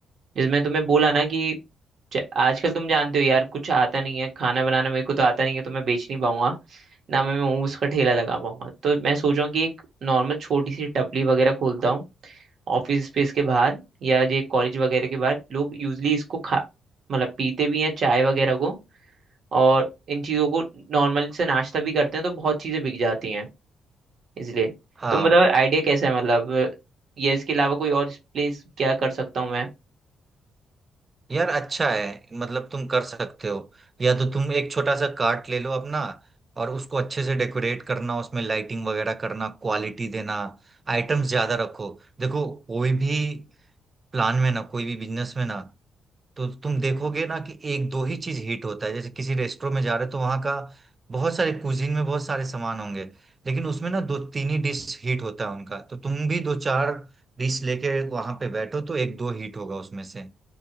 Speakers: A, on the right (about 55°); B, on the right (about 25°).
A: जिसमें तुम्हें बोला ना कि ज- आजकल तुम जानते हो यार कुछ आता नहीं है खाना बनाना मेरे को तो आता नहीं है तो मैं बेच नहीं पाऊंगा ना मैं मोमोज का ठेला लगा पाऊंगा तो मैं सोच रहा हूँ कि एक नॉर्मल छोटी सी टपली वगैरह खोलता हूँ ऑफिस स्पेस के बाहर या ये कॉलेज वगैरह के बाहर लोग यूजली इसको खा मतलब पीते भी हैं चाय वगैरह को और इन चीज़ों को नॉर्मल से नाश्ता भी करते हैं तो बहुत चीज़ें बिक जाती हैं इसलिए
B: हाँ
A: तुम बताओ आइडिया कैसा है मतलब अ, या इसके अलावा कोई और प्लेस क्या कर सकता हूँ मैं
B: यार अच्छा है मतलब तुम कर सकते हो या तो तुम एक छोटा सा कार्ट ले लो अपना और उसको अच्छे से डेकोरेट करना उसमें लाइटिंग वगैरह करना क्वालिटी देना आइटम्स ज्यादा रखो देखो कोई भी प्लान में ना कोई भी बिजनेस में ना तो तुम देखोगे ना कि एक दो ही चीज हिट होता है जैसे किसी रेस्टोरेंट में जा रहे हो तो वहाँ का बहुत सारे कुजीन में बहुत सारे सामान होंगे लेकिन उसमें ना दो तीन ही डिश हिट होता है उनका तो तुम भी दो चार डिश लेके वहां पे बैठो तो एक दो हिट होगा उसमें से